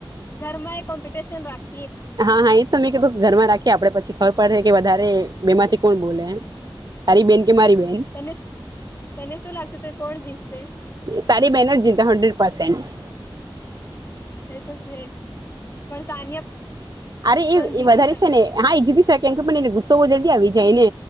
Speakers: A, on the left; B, on the right.
A: ઘરમાં એ કોમ્પિટિશન રાખ
B: હા હા એ તમે કીધું ઘરમાં રાખી. આપડે પછી ખબર પડશે કે વધારે બે માંથી કોણ બોલે તારી બેન કે મારી બેન
A: તને તને શું લાગતું તું કોણ જીતશે?
B: તારે બેનજ જીતે હન્ડરેડ પર્સેન્ટ.
A: એ તો છે જ પણ સાનિયા
B: અરે
A: પણ
B: એ
A: જીતી
B: વધારે
A: શકે
B: છે ને હા એ જીતી શકે. <unintelligible> ગુસ્સો જલ્દી આવી જાય ને